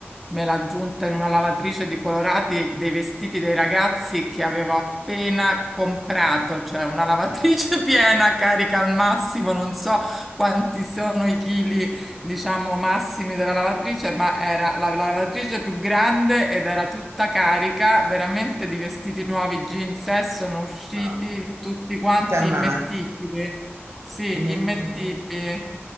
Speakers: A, in the centre; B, on the right (about 85°).
A: me l'ha aggiunta in una lavatrice di colorati dei vestiti dei ragazzi che avevo appena comprato, cioè una lavatrice <laughs> piena, carica al massimo, non so quanti sono i chili diciamo, massimi della lavatrice, ma era la, la lavatrice più grande ed era tutta carica, veramente di vestiti nuovi, jeans, eh, sono usciti
B: No.
A: tutti quanti
B: Tutta amata,
A: immettibili. Sì,
B: mettimi
A: immettibili.